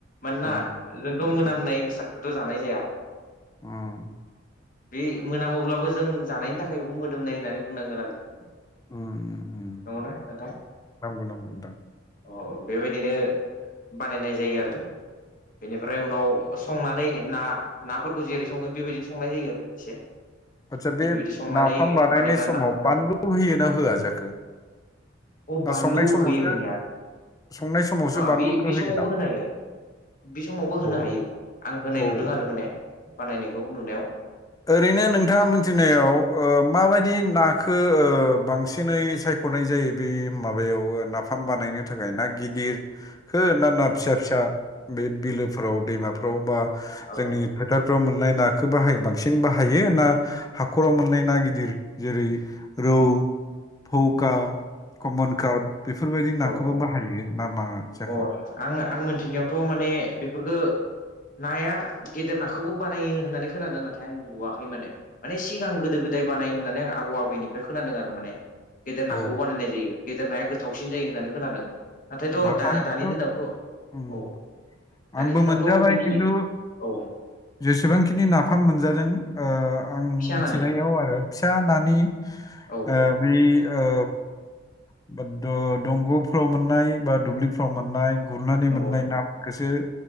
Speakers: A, on the left; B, on the left.
A: मानोना
B: उम
A: जोंथ' मोनामनाय बेसादखौथ' जानाय जाया
B: उम
A: बे मोनामोब्लाबो जों जानायनि थाखाय बेखौ मोदोमनाय होननानै बुंनांगोन आरो।
B: उम
A: नंगौना नोंथां?
B: नंगौ नंगौ नोंथां
A: अ बेबायदिनो बानायनाय जायो आरो। बेनिफ्राय उनाव संनानै ना नाफोरखौ जेरै सङो बेबायदिनो संनाय जायो आरो एसे।
B: आतसा बे
A: बेबायदि संनानै
B: नाफाम बानायनाय
A: बानायब्ला
B: समाव
A: नाफाम जाबाय
B: बानलु होयोना होआ जाखो?
A: अ
B: ना
A: बानलु
B: संनाय समावसो
A: होयो होनाया
B: संनाय समावसो
A: नङा
B: बानलुखौ
A: बे बे
B: होयो
A: समावबो
B: नामा
A: होनो हायो। बे समावबो
B: औ
A: होनो हायो आं होनाय
B: औ
A: नुदों
B: औ
A: आरो माने बानायनायखौ नुनायाव।
B: ओरैनो नोंथाङा मिथिनायाव ओ-माबायदि नाखौ ओ-बांसिनै सायख' नाय जायो बे माबायाव नाफाम बानायनो थाखाय ना गिदिर। खो ना
A: अ
B: फिसा फिसा बे बिलोफोराव दैमाफ्राव बा
A: औ नोंथां
B: जोंनि। फोथारफ्राव मोननाय नाखौ बाहायो बांसिन? बाहायो ना हाख'राव मोननाय ना गिदिर जेरै रौ। फौका कमन कार्ड बेफोरबायदि नाखौबो
A: औ
B: बाहायो नामा जाखो?
A: औ अ आं आं मोन्थिनायावथ' माने बेफोरखो। नाया गेदेर नाखौबो बानायो होननानै खोनादों नाथाय आं नुवाखै माने। माने सिगां गोदो गोदाय बानाय होननानै आं आबौ आबैनिफ्राय खोनादों आरो माने गेदेर
B: औ
A: नाखौबो बानायनाय जायो। गेदेर नाया गोथावसिन जायो होननानै खोनादों नाथायथ'
B: नाफामखौथ'
A: दा दानि दिनावथ' औ।
B: उम
A: दानि
B: आंबो
A: दिनावथ'
B: मोनजाबाय
A: बिदि
B: खिन्थु
A: औ
B: जेसेबांखिनि नाफाम मोनजादों। ओ-आं
A: फिसा
B: मिथिनायाव
A: नानि
B: आरो फिसा नानि
A: औ
B: ओ-बै।
A: औ
B: ओ <unintelligible> दंग'फ्राव मोननाय बा दुब्लिफ्राव मोननाय गुरनानै
A: नंगौ
B: मोननाय
A: नंगौ
B: ना खोसो